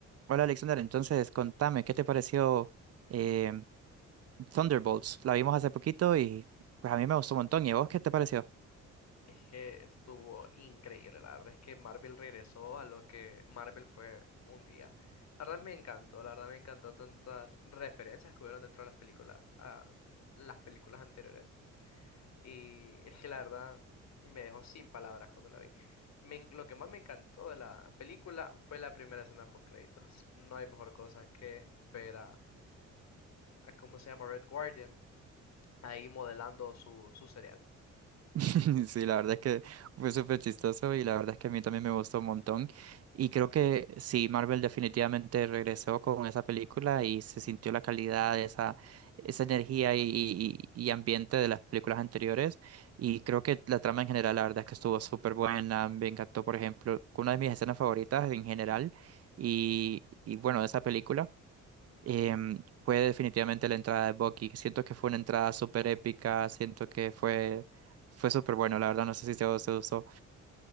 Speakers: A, on the right (about 55°); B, on the left (about 60°).
A: Hola Alexander, entonces contame, ¿qué te pareció em, Thunderbolts? La vimos hace poquito y pues a mí me gustó un montón. ¿Y a vos qué te pareció?
B: Es que estuvo increíble, la verdad es que Marvel regresó a lo que Marvel fue un día. La verdad me encantó, la verdad me encantó tantas referencias que hubieron dentro de las películas, a las películas anteriores. Y es que la verdad me dejó sin palabras cuando la vi. Me en- lo que más me encantó de la película fue la primera escena post créditos. No hay mejor cosa que ver a, a cómo se llama Red Guardian ahí modelando su, su cereal.
A: <laughs> Sí, la verdad es que fue súper chistoso y la verdad es que a mí también me gustó un montón. Y creo que sí, Marvel definitivamente regresó con esa película y se sintió la calidad, esa, esa energía y, y- y ambiente de las películas anteriores. Y creo que la trama en general, la verdad es que estuvo súper buena. Me encantó, por ejemplo, una de mis escenas favoritas en general y, y bueno, de esa película em, fue definitivamente la entrada de Bucky. Siento que fue una entrada súper épica, siento que fue, fue súper bueno, la verdad, no sé si se, se usó.